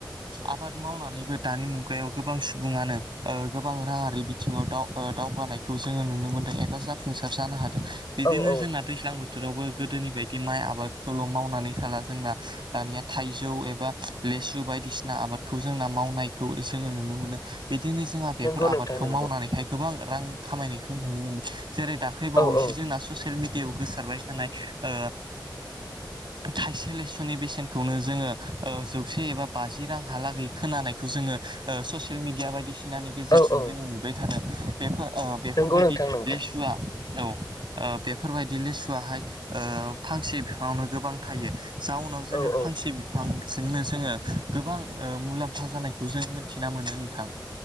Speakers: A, on the right; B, on the left.
A: आबाद मावनानैबो दानि मुगायाव गोबां सुबुङानो ओ गोबां राङारि बिथिङाव दाव ओ दाव दावगानायखौ जोङो नुनो मोनदों एबा जाफुंसार जानो हादों। बिदिनो
B: औ औ
A: जोंना दैज्लां बो थोरावबो गोदोनि बायदि माइ आबादखौल' मावनानै थाला जोंना दानिया थाइजौ एबा लेसु बायदिसिना आबादखौ जोंना मावनायखौ जोङो नुनो मोनो। बिदिनो जोंहा बेफोर
B: नंगौ
A: आबादखौ
B: नोंथां नंगौ
A: मावनानैहाय गोबां रां खामायनायखौ नुनो मोनो। जेरै दाख्लै
B: औ
A: बावैसो
B: औ
A: जोंना ससियेल मिडियायाव गोसारबाय थानाय ओ थाइसे लेसुनि बेसेनखौनो जोङो जौसे एबा बाजि रांहालागै खोनानायखौ जोङो ओ ससियेल मिडिया बायदि सिनानि गेजेरजों
B: औ औ
A: जोङो नुबाय थादों बेफोर ओ बेफोरबायदि
B: नंगौ नोंथां नंगौ
A: लेसुआ औ ओ बेफोरबायदि लेसुवाहाय फांसे बिफाङावनो गोबां थाइयो जाउनाव जोङो
B: औ
A: फांसे
B: औ
A: बिफांजोंनो जोङो गोबां ओ मुलाम्फा जानायखौ जों मिथिना मोनो नोंथां